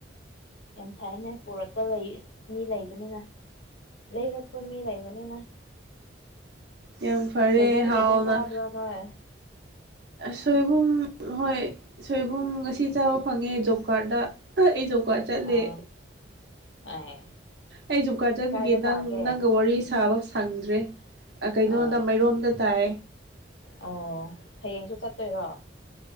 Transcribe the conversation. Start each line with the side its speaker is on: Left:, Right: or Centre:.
Left: ꯑꯦꯝ ꯊꯥꯏꯅꯦ ꯄꯔꯛ ꯂꯄ ꯂꯩ ꯃꯤ ꯂꯩꯕꯅꯤꯅ ꯂꯩꯔꯄ ꯃꯤ ꯂꯩꯕꯅꯤꯅ
Right: ꯎ ꯌꯥꯝ ꯐꯔꯦ
Left: ꯁꯣꯏꯕꯨꯝꯒꯗꯤ
Right: ꯍꯥꯎꯅ
Left: ꯆꯥꯗ꯭ꯔꯣ ꯅꯣꯏ
Right: ꯁꯣꯏꯕꯨꯝ ꯍꯣꯏ ꯁꯣꯏꯕꯨꯝ ꯉꯁꯤ ꯆꯥꯕ ꯐꯪꯉꯦ ꯖꯣꯕ ꯀꯥꯔꯗ ꯑꯩ ꯖ ꯀꯥ ꯆꯠꯂꯦ
Left: ꯑꯥ ꯑꯦ
Right: ꯑꯩ ꯖꯨꯀꯥꯔ ꯆꯠꯄꯤꯒꯦ
Left: ꯀꯥꯏꯗ
Right: ꯅꯪ
Left: ꯇꯥꯒꯦ
Right: ꯅꯪꯒ ꯋꯥꯔꯤ ꯁꯥꯕ ꯁꯪꯗ꯭ꯔꯦ ꯀꯩꯅꯣꯗ
Left: ꯑꯥ
Right: ꯃꯔꯣꯝꯗ ꯇꯥꯏ
Left: ꯑꯣ ꯍꯌꯦꯡꯁꯨ ꯆꯠꯇꯣꯏꯔꯣ